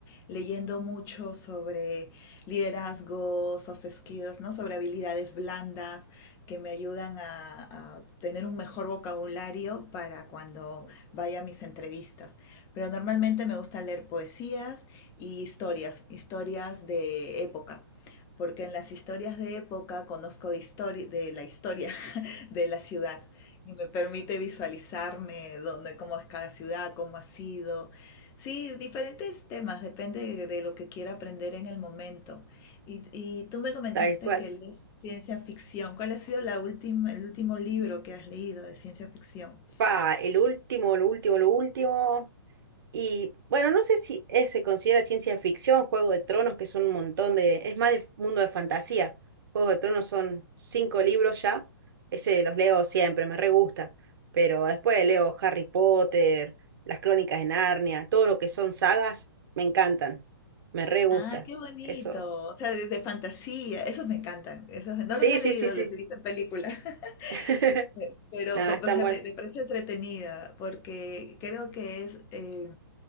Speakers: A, on the left; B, on the right.
A: leyendo mucho sobre liderazgo, soft skills, ¿no? Sobre habilidades blandas que me ayudan a, a tener un mejor vocabulario para cuando vaya a mis entrevistas. Pero normalmente me gusta leer poesías y historias, historias de época porque en las historias de época conozco de, histori- de la historia de la ciudad y me permite visualizarme dónde, cómo es cada ciudad, cómo ha sido. Sí, diferentes temas, depende de, de lo que quiera aprender en el momento. Y, y tú me comentaste
B: Tal cual.
A: que lees ciencia ficción. ¿Cuál ha sido la última, el último libro que has leído de ciencia ficción?
B: Pa, el último, lo último, lo último. Y bueno, no sé si es- se considera ciencia ficción, Juego de Tronos, que son un montón de... Es más de mundo de fantasía. Juego de Tronos son cinco libros ya. Ese los leo siempre, me re gusta. Pero después leo Harry Potter, las Crónicas de Narnia, todo lo que son sagas, me encantan. Me re gusta.
A: ¡Ay, qué bonito!
B: Eso.
A: O sea, de, de fantasía, esos me encantan. Esos, no
B: Sí,
A: los he leído,
B: sí, sí, sí.
A: los he visto en películas. <laughs>
B: <laughs>
A: Pero,
B: Nada,
A: co-
B: es tan
A: o sea,
B: bueno.
A: me, me parece entretenida porque creo que es, eh,